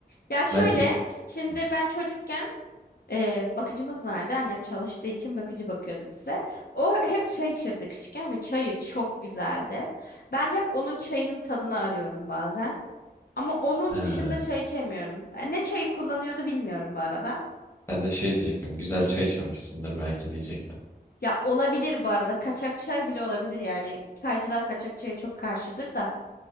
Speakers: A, on the left; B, on the left.
A: Ya şöyle,
B: Belki
A: şimdi
B: Hı.
A: ben çocukken e, bakıcımız vardı. Annem çalıştığı için bakıcı bakıyordu bize. O hep çay içirdi küçükken ve çayı çok güzeldi. Ben hep onun çayının tadını arıyorum bazen. Ama onun
B: He.
A: dışında çay içemiyorum. E, Ne çayı kullanıyordu bilmiyorum bu arada.
B: Ben de şey diyecektim. Güzel çay içmemişsindir belki diyecektim.
A: Ya olabilir bu arada. Kaçak çay bile olabilir yani. Çaycılar kaçak çaya çok karşıdır da.